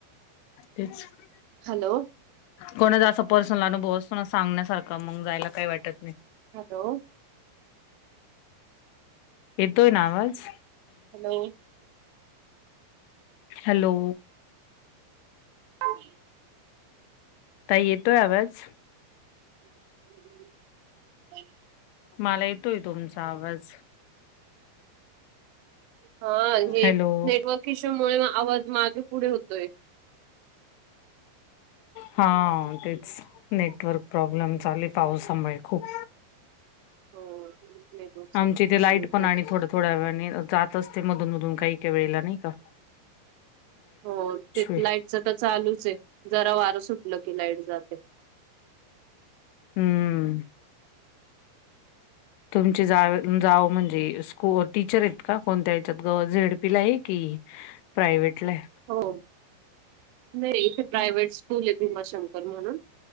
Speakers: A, on the left (about 85°); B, on the right (about 85°).
A: तेचं.
B: हॅलो.
A: कोणाचं असं पर्सनल अनुभव असतो नां सांगण्यांसारखं मगं जायंला कांहीं वाटतं नाहीं.
B: हॅलो.
A: येतोय नां आवांज?
B: हॅलो.
A: हॅलो
B: हं
A: ताई येतोय आवांज
B: हम्मं
A: मलां येतोय तुमचां आवांज
B: हां हे
A: हॅलो
B: नेटवर्क इश्यूं मुळे आवांज मागे पुढे होतोय
A: हां तेचं नेटवर्क प्रॉब्लेम चाली पावसांमुळे
B: हम्म.
A: खूंप
B: हो नेटवर्कचा
A: आमची इथे
B: इश्यू
A: लाईट
B: होतोय.
A: पण आणि थोड्यां- थोड्यां वेळांन जातं असते मधूंन- मधूंन कांहीं -कांहीं वेळेलां नाहीं कां
B: हो ते
A: आहे
B: लाईटचं तरं चालूं चं आहे जरां वारं सुटलं की लाईट जाते.
A: हम्मं तुमची जां जावं म्हणजे को टीचर आहेतं कां कोणंत्या याच्यांत झेडपीला आहे की प्रायव्हेटलांय
B: हो नाहीं इथे प्रायव्हेट स्कूंल आहे भीमाशंकर म्हणूंन